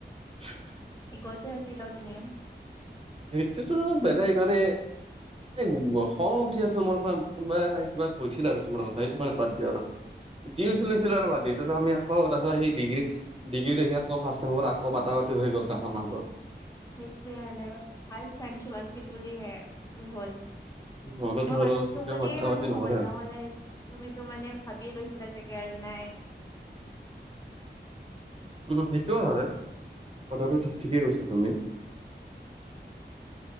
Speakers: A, on the right; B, on the left.
A: <inaudible>
B: ঘৰতে‌ আছিলা তুমিও?
A: সেইতো টো‌‌ অলপ বেলেগ মানে। এ খং উঠি আছে মোৰ ক কোনোবাই কিবা কৈছিল আৰু তোমাৰ কথা সেইটো কাৰণে বাদ দিয়া আৰু। জি হৈছিল,
B: উম,
A: হৈছিল আৰু বাদ দিয়া। এতিয়া তৌ আমি আকৌ তাৰপিছত ডিগ্ৰী ডিগ্ৰী দেখি আকৌ ফাৰ্ষ্ট চেমত আকৌ মাতামাতি হৈ গ'ল ত আমাৰ মাজত।
B: সেইটোৱে হয় মানে ভাল ফ্ৰেণ্ডশ্বিপ আছিল বুলি হে কি হ'ল।
A: নহ'লে
B: মই
A: ধৰ
B: মাতিছো
A: কেতিয়াও
B: বুলি
A: মাতা
B: মানে
A: মাতি
B: হ'ল,
A: হয়।
B: নহ'লে তুমিতো মানে ভাবিয়ে লৈছিলা চাগে আৰু নাই,
A: সেইটোও হয় কথাটো ঠিকেই কৈছা তুমি।